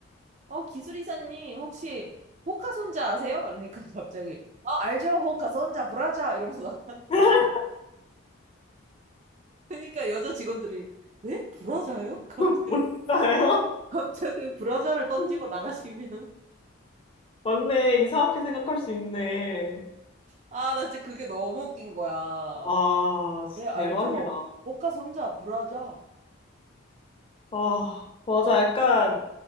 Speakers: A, on the right (about 35°); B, on the left (about 25°).
A: 어 기술 이사님 혹시 호카손자 아세요? 이러니까 <laughs> 갑자기 아 알죠 호카손자 브라자 이러면서 나간
B: <laughs>
A: 나 <laughs> 러니까 여자 직원들이 네? 브라자요? <laughs> 갑자기
B: 몰랐요
A: 갑자기 브라자를 던지고
B: <laughs>
A: 나가시면 <laughs>
B: 맞네. 이상하게 생각할 수 있네.
A: 아 나 진짜 그게 너무 웃긴 거야
B: 아, 진짜
A: 네 알죠
B: 대박이다.
A: 호카손자 브라자
B: 아, 맞아. 약간